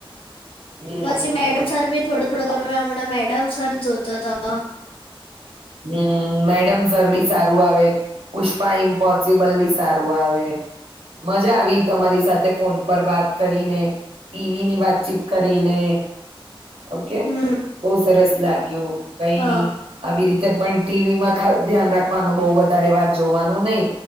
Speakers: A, on the right; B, on the left.
A: હમ
B: પછી મેડમ સર ભી થોડુ થડો હમણાં મેડમ સર જોતો હતો
A: હમ્મ મેડમ સર બી સારુ આવે પુષ્પા ઈમ્પ પોસ્સીબલ બી સારું આવે મજા આવી તમારી સાથે ફોન પર વાત કરીને ટીવી ની વાતચીત કરીને ઓકે
B: હમ.
A: બો સરસ લાગ્યું કઈ
B: હા
A: ની આવી રી પણ ટીવી માં ખાસ ધ્યાન રાખવાનું બો વધારે વાર જોવાનું ની